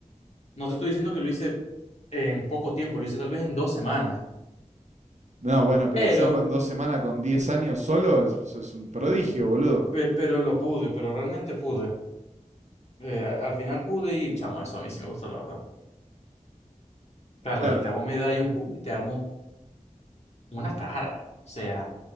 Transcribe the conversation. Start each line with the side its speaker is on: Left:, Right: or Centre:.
Left: No te estoy diciendo que lo hice en poco tiempo, lo hice tal vez en dos semanas,
Right: No, bueno,
Left: pero
Right: pero hacerlo en dos semanas con 10 años solo es, eso es un prodigio, boludo.
Left: pero, pero lo pude, pero realmente pude. Eh, a- al final pude y, chamo, eso a mí sí me gustó, la verdad. Claro,
Right: Claro,
Left: ahorita vos me dais un cubo y te armo una cara. O sea,